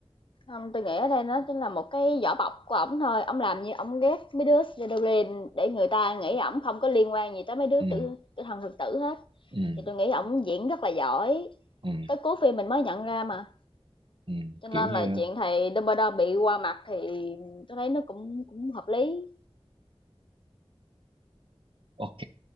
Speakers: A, on the left; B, on the right.
A: Không, tôi nghĩ ở đây nó chính là một cái vỏ bọc của ổng thôi. Ổng làm như ổng ghét mấy đứa Slytherin để người ta nghĩ ổng không có liên quan gì tới mấy đứa
B: ừ
A: tử, tử thần thực tử hết.
B: ừ
A: Thì tôi nghĩ ổng diễn rất là giỏi.
B: ừ
A: Tới cuối phim mình mới nhận ra mà.
B: ừ
A: Cho nên
B: kiểu như
A: là chuyện thầy Dumbledore bị qua mặt thì tôi thấy nó cũng cũng hợp lý.
B: ok